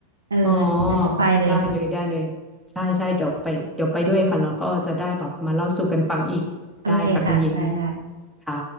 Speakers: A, on the right; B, in the centre.
A: เออเดี๋ยวจะไปเลย
B: อ๋อได้เลยได้เลยใช่ใช่เดี๋ยวไปเดี๋ยวไปด้วยค่ะเราก็จะได้แบบมาเล่าสู่กันฟังอีกได้ค่ะคุณหญิง
A: โอเคค่ะได้ได้
B: ค่ะ